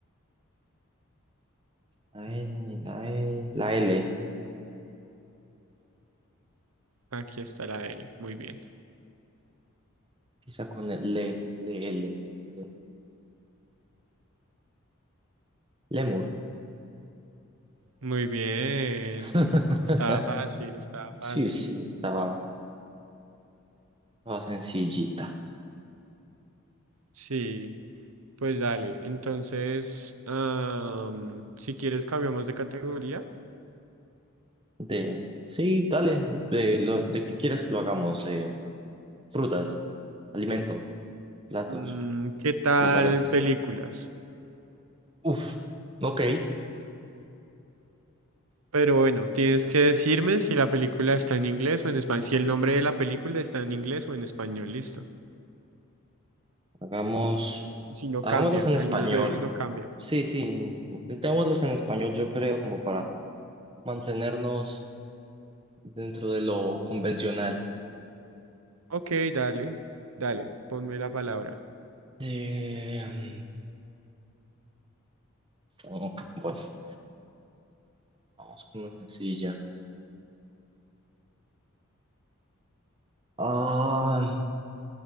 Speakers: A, on the right (about 25°); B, on the right (about 80°).
A: La N, ni la E. La L.
B: Aquí está la L. Muy bien.
A: Empieza con el L le, L, le- Lemur.
B: Muy bien.
A: <laughs>
B: estaba fácil, estaba
A: Sí,
B: fácil.
A: sí, estaba, estaba sencillita.
B: Sí, pues dale. Entonces, am, si quieres, cambiamos de categoría.
A: De, sí, dale. De, lo, ¿de qué quieres que lo hagamos? Eh, frutas, alimento, platos,
B: Mm, ¿qué tal
A: lugares.
B: películas?
A: Uf, ok,
B: Pero bueno, tienes que decirme si la película está en inglés o en español, si el nombre de la película está en inglés o en español, listo.
A: hagamos,
B: Si no
A: hagámoslos
B: cambia,
A: en
B: algunas
A: español.
B: veces no cambia.
A: Sí, sí, intentémoslos en español, yo creo, como para mantenernos dentro de lo convencional.
B: Ok, dale, dale, ponme la palabra.
A: De, mm, pues, vamos con una sencilla. Ah,